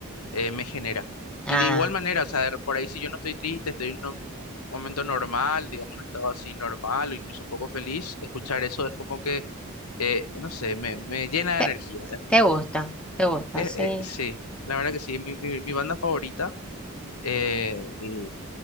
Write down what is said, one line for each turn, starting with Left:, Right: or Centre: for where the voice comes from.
Left: eh, me genera.
Centre: ah,
Left: Y de igual manera, o sea, de- por ahí si yo no estoy triste, estoy en un momento normal, digamos, un estado así normal o incluso un poco feliz, escuchar eso es como que, eh, no sé, me, me llena de
Centre: te,
Left: energía. ¿eh?
Centre: te gusta, te gusta,
Left: Eh,
Centre: sí.
Left: eh, sí, la verdad que sí, mi, mi, mi banda favorita. eh,